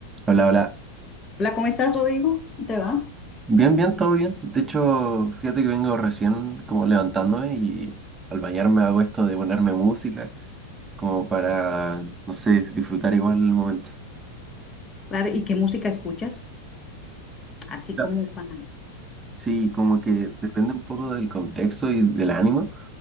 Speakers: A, on the right (about 15°); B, on the left (about 25°).
A: Hola, hola.
B: Hola, ¿cómo estás, Rodrigo? ¿Cómo ¿Te va?
A: Bien, bien, todo bien. De hecho, fíjate que vengo recién como levantándome y al bañarme hago esto de ponerme música como para, no sé, disfrutar igual el momento.
B: Claro, ¿y qué música escuchas? Así
A: Claro.
B: como para...
A: Sí, como que depende un poco del contexto y del ánimo,